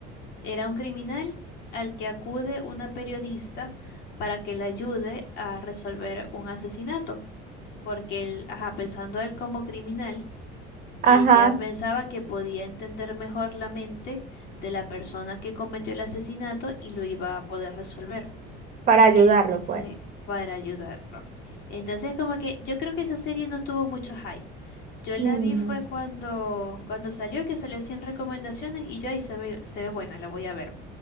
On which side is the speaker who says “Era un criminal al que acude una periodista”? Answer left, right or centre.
Left